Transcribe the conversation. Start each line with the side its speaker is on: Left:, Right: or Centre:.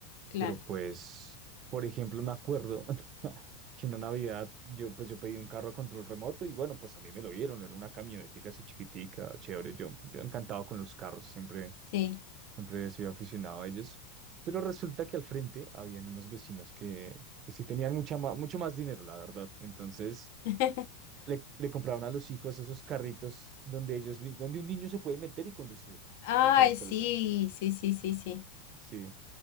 Left: Claro.
Right: Pero pues, por ejemplo, me acuerdo <laughs> que una Navidad yo pues yo pedí un carro a control remoto y bueno, pues a mí me lo dieron, era una camionetica así chiquitica, chévere, yo, yo encantado con los carros, siempre,
Left: Sí.
Right: siempre he sido aficionado a ellos. Pero resulta que al frente habían unos vecinos que, que sí tenían mucha ma- mucho más dinero, la verdad. Entonces
Left: <laughs>
Right: le, le compraron a los hijos esos carritos donde ellos, mis- donde un niño se puede meter y conducir.
Left: Ay,
Right: Así sabes
Left: sí,
Right: cuáles son.
Left: sí, sí, sí, sí.
Right: Sí.